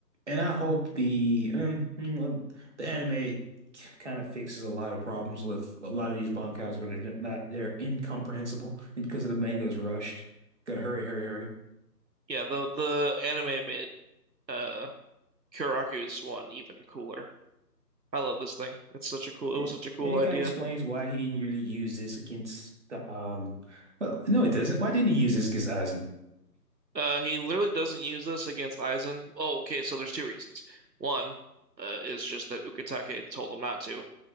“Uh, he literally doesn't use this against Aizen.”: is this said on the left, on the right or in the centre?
Right